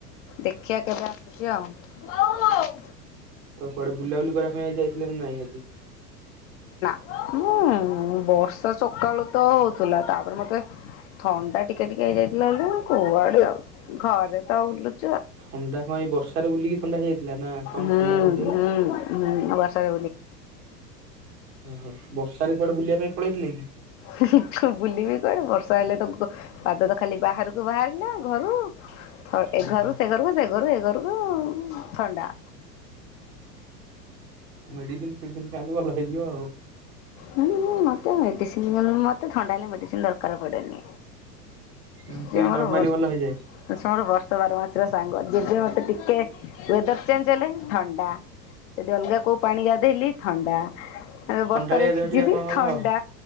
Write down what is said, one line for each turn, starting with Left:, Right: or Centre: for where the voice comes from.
Left: ଦେଖିବା କେବେ ଆସୁଛି ଆଉ।
Right: ତ କୁଆଡ଼େ ବୁଲାବୁଲି କରିବା ପାଇଁ ଆଜି ଯାଇଥିଲେ ନା ନାଇଁ ଆଜି?
Left: ଉୁଁ ବର୍ଷା ସକାଳୁ ତ ହଉଥିଲା ତାପରେ ମତେ ଥଣ୍ଡା ଟିକେ ଟିକେ ହେଇଯାଇଥିଲା ବୋଲି ମୁଁ କୁଉଆଡ଼େ ଯାଉଚି ଘରେ ତ ବୁଲୁଚି।
Right: ଥଣ୍ଡା କଣ ଏଇ ବର୍ଷାରେ ବୁଲିକି ଥଣ୍ଡା ହେଇଯାଇଥିଲା ନା କଣ
Left: ହୁଁ
Right: ଥଣ୍ଡା କେମିତି ହେଲା?
Left: ହୁଁ ହୁଁ ବର୍ଷାରେ
Right: ଓ ହୋ ବର୍ଷାରେ କୁଆଡ଼େ ବୁଲିବା ପାଇଁ ପଳେଇଥିଲେ? କି?
Left: ହୁ ହୁ ବୁଲିବି କୁଆଡେ ବର୍ଷା ହେଲା। <unintelligible> ପାଦ ତ ଖାଲି ବାହାରକୁ ବାହାରିଲା ଘରୁ। ଥ ଏ
Right: ଓହୋ
Left: ଘରୁ ସେ ଘରୁ ସେ ଘରୁ ଏ ଘରୁ। ଉଁ ଥଣ୍ଡା।
Right: ମେଡିସିନ ଫେଡିସିନ ଖାଆନ୍ତୁ ଭଲ ହେଇଯିବ ଆଉ।
Left: ହୁଁ ମତେ ମେଡିସିନ ମତେ ଥଣ୍ଡା ହେଲେ ମେଡିସିନ ଦରକାର ପଡେନି।
Right: ଏମିତି
Left: ସେ ମୋର
Right: ନର୍ମାଲି
Left: ବର୍ଷ
Right: ଭଲ ହେଇଯାଏ।
Left: ସେ ମୋର ବର୍ଷ ବାରମାସି। ର ସାଙ୍ଗ ଯେବେ ମୋତେ ଟିକେ ୱେଦର ଚେଞ୍ଜ ହେଲେ ଥଣ୍ଡା ଯଦି ଅଲଗା କୋଉ ପାଣି ଗାଧେଇଲି ଥଣ୍ଡା। ବର୍ଷାରେ
Right: ଥଣ୍ଡାଳିଆ ଦେହ
Left: ଭିଜିଲି
Right: ଟିକେ ଆପଣଙ୍କର
Left: ଥଣ୍ଡା।
Right: ଆଉ